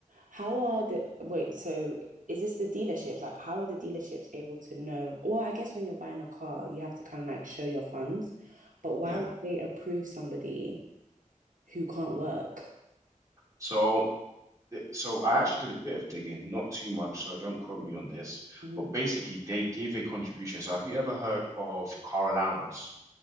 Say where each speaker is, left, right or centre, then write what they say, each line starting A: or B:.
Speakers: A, on the right; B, on the right.
A: How are the wait? So is this the dealerships? Like, how are the dealerships able to know? Well, I guess when you're buying a car, you have to kind of like show your funds, but why
B: Yeah.
A: would they approve somebody who can't work?
B: So so I actually did a bit of digging, not too much, so don't quote me on this.
A: Mhm.
B: But basically, they give a contribution. So have you ever heard of car allowance?